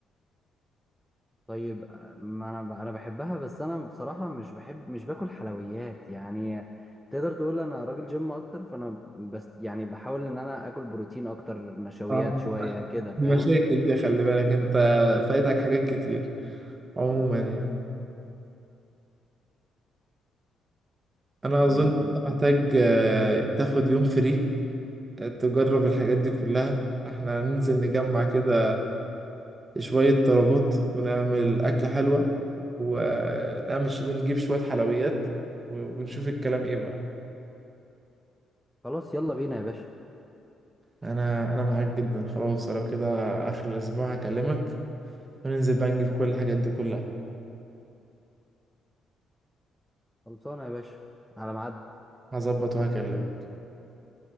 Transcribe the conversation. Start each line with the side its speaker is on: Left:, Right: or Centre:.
Centre: طيب ما أنا ب- أنا بحبها بس أنا بصراحة مش بحب مش باكل حلويات يعني تقدر تقول أنا راجل جيم أكتر فأنا بس يعني بحاول إن أنا آكل بروتين أكتر نشويات
Right: آه.
Centre: شوية كده فاهم
Right: دي مشاكل دي خلي بالك انت فايتك حاجات كتير عموما يعني انا
Centre: طيب
Right: اظن انت محتاج آه، تاخد يوم فري آه، تجرب الحاجات دي كلها احنا هننزل نجمع كده شوية طلبات ونعمل أكلة حلوة ونعمل ونجيب شوية حلويات ونشوف الكلام ايه بقى
Centre: خلاص يلا بينا يا باشا
Right: انا انا معاك جدا خلاص لو كده اخر الاسبوع هكلمك وننزل بقى نجيب كل الحاجات دي كلها
Centre: خلصانة يا باشا على ميعاد
Right: هظبط وهكلمك